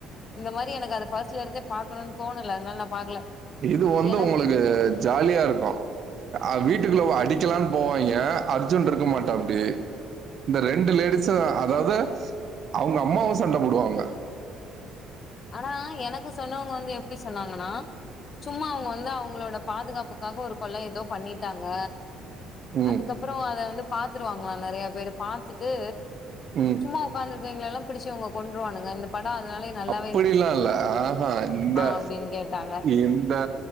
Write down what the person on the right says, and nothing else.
இது வந்து
உங்களுக்கு ஜாலியா இருக்கு அ வீட்டுக்குள்ள அடிக்கலான்னு போவாங்கி அர்ஜுன் இருக்க மாட்டாப்டி இந்த ரெண்டு லேடிஸு அதாவது அவுங்க அம்மாவு சண்ட போடுவாங்க
ம்
ம்
அப்டியெல்லா இல்ல ஆஹ இந்தா
இந்த